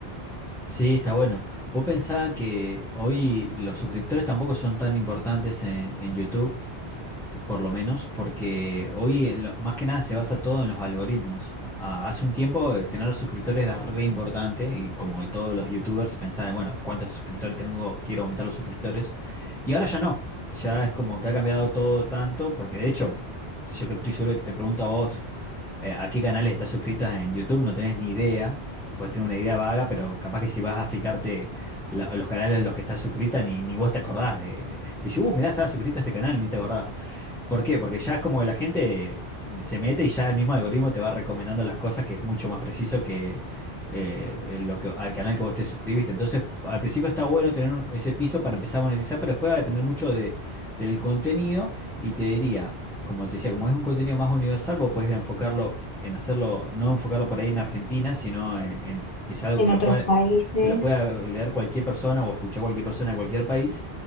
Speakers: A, in the centre; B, on the left (about 55°).
A: Sí, está bueno. Vos pensás que hoy los suscriptores tampoco son tan importantes en, en YouTube. por lo menos, porque hoy en lo- más que nada se basa todo en los algoritmos. A- a- hace un tiempo eh, tener suscriptores era re importante y como que todos los youtubers pensaban, bueno, ¿cuántos suscriptores tengo? Quiero aumentar los suscriptores. Y ahora ya no. Ya es como que ha cambiado todo tanto, porque de hecho, yo creo, estoy seguro que te pregunto a vos, eh, ¿a qué canales estás suscritas en YouTube? No tenés ni idea. Puedes tener una idea vaga, pero capaz que si vas a fijarte la- los canales en los que estás suscrita, ni, ni vos te acordás de, de- te dice, uh, mirá, estaba suscrita a este canal, ni te acordás. ¿Por qué? Porque ya es como que la gente mm, se mete y ya el mismo algoritmo te va recomendando las cosas que es mucho más preciso que eh, lo que al canal que vos te suscribiste. Entonces, al principio está bueno tener un- ese piso para empezar a monetizar, pero después va a depender mucho de, del contenido y te diría, como te decía, como es un contenido más universal, vos podés enfocarlo en hacerlo, no enfocarlo por ahí en Argentina, sino en, en que es algo
B: en
A: que
B: otros
A: lo pueda
B: países.
A: que lo pueda leer cualquier persona o escuchar cualquier persona de cualquier país